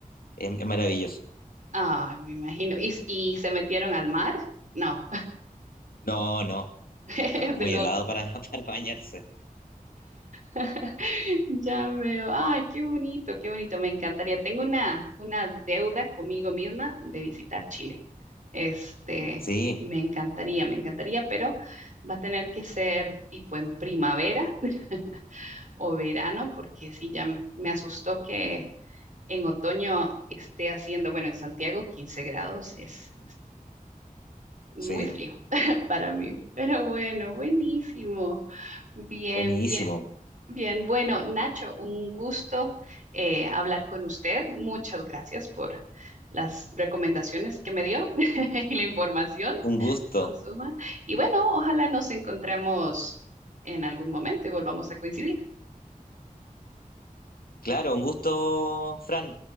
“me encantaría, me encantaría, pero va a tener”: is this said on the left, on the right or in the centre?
Right